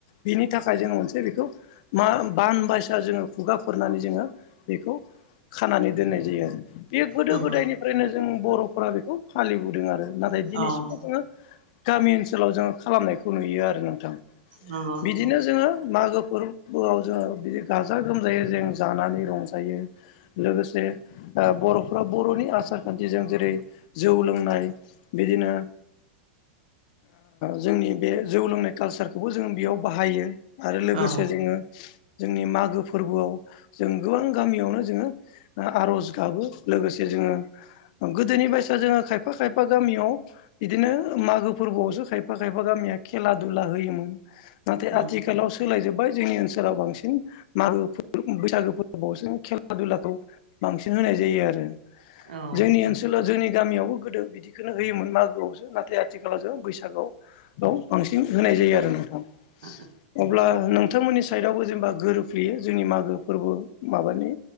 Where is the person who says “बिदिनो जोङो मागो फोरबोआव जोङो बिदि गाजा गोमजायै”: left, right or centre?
Left